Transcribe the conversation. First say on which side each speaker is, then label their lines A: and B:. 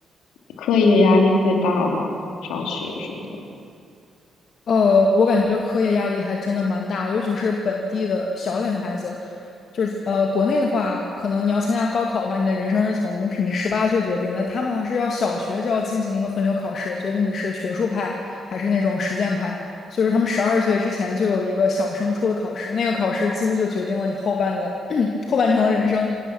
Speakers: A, on the left (about 70°); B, on the left (about 55°).
A: 课业压力会大吗？上学什么的。
B: 呃，我感觉课业压力还真的蛮大的尤其是本地的小点的孩子，就是呃，国内的话，可能你要参加高考的话，你的人生是从你十八岁决定的，他们的话是要小学就要进行一个分流考试，决定你是学术派还是那种实践派，所以说他们十二岁之前就有一个小升初的考试，那个考试几乎就决定了你后半的 <clears throat> 后半程的人生，